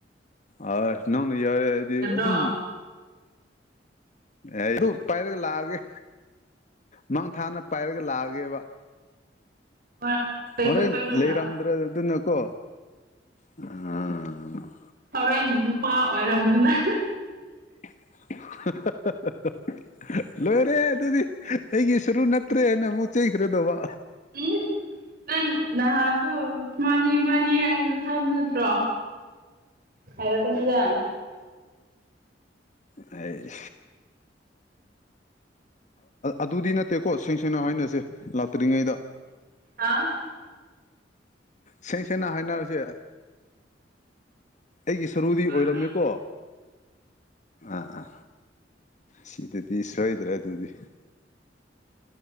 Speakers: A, on the left; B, on the right.
A: ꯑ ꯅꯪꯅ ꯌꯥꯔꯦ ꯍꯥꯏꯗꯤ
B: ꯌꯥꯗ꯭ꯔꯣ
A: ꯑꯗꯨꯝ ꯑꯦ ꯑꯗꯨ ꯄꯥꯏꯔꯒ ꯂꯥꯛꯑꯒꯦ ꯃꯥꯡ ꯊꯥꯅ ꯄꯥꯏꯔꯒ ꯂꯥꯛꯑꯒꯦꯕ
B: ꯍꯣꯏ ꯂꯩꯇꯨꯞ
A: ꯍꯣꯔꯦꯟ
B: ꯄꯥꯏꯔꯒ
A: ꯂꯩꯔꯝꯗ꯭ꯔ
B: ꯂꯥꯛꯑꯣ
A: ꯑꯗꯨꯅꯀꯣ ꯎꯝ
B: ꯍꯣꯔꯦꯟ ꯅꯨꯄꯥ ꯑꯣꯏꯔꯝꯗꯨꯅ
A: <unintelligible> ꯂꯣꯏꯔꯦ ꯑꯗꯨꯗꯤ ꯑꯩꯒꯤ ꯁꯔꯨ ꯅꯠꯇ꯭ꯔꯦ ꯍꯥꯏꯅ ꯑꯃꯨꯛ ꯆꯩꯈ꯭ꯔꯗꯧꯕ
B: ꯎꯝ ꯅꯪ ꯅꯍꯥꯟ ꯑꯗꯨ ꯃꯥꯅꯤ ꯃꯥꯅꯤ ꯍꯥꯏꯕ ꯅꯠꯇ꯭ꯔꯣ ꯍꯥꯏꯔꯛꯀꯅꯤꯗ
A: ꯑꯩ ꯑꯗꯨꯗꯤ ꯅꯠꯇꯦꯀꯣ ꯁꯦꯡ ꯁꯦꯡꯅ ꯍꯥꯏꯅꯁꯦ ꯂꯥꯛꯇ꯭ꯔꯤꯉꯩꯗ
B: ꯍꯥꯥ
A: ꯁꯦꯡ ꯁꯦꯡꯅ ꯍꯥꯏꯅꯔꯁꯦ ꯑꯩꯒꯤ ꯁꯔꯨꯗꯤ
B: ꯍꯣꯏ
A: ꯑꯣꯏꯔꯝꯃꯦꯀꯣ
B: ꯍꯣꯏ
A: ꯑꯥ ꯁꯤꯗꯗꯤ ꯁꯣꯏꯗ꯭ꯔꯦ ꯑꯗꯨꯗꯤ